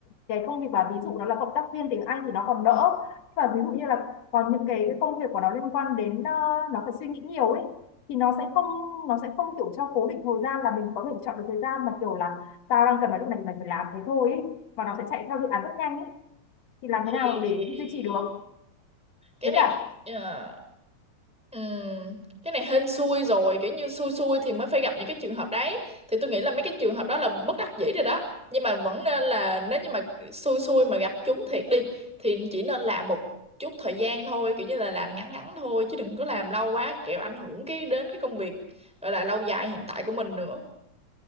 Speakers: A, on the left; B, in the centre.
A: cái công việc bà ví dụ nó là cộng tác viên tiếng Anh thì nó còn đỡ nhưng mà ví dụ như là còn những cái công việc của nó liên quan đến ờ, nó phải suy nghĩ nhiều ấy thì nó sẽ không nó sẽ không kiểu cho cố định thời gian là mình có thể chọn được thời gian mà kiểu là tao đang cần vào lúc này thì mình phải làm thế thôi ấy. và nó sẽ chạy theo dự án rất nhanh ấy thì làm thế nào
B: Ê,
A: để duy trì được
B: cái
A: với
B: này
A: cả
B: Ờ, ừm, cái này hên xui rồi kiểu như xui xui thì mới phải gặp những cái trường hợp đấy thì tôi nghĩ là mấy cái trường hợp đó là bất đắc dĩ rồi đó nhưng mà vẫn nên là nếu như mà xui xui mà gặp chúng thiệt đi thì chỉ nên làm một chút thời gian thôi kiểu như là làm ngắn ngắn thôi chứ đừng có làm lâu quá kẻo ảnh hưởng cái đến cái công việc gọi là lâu dài hiện tại của mình nữa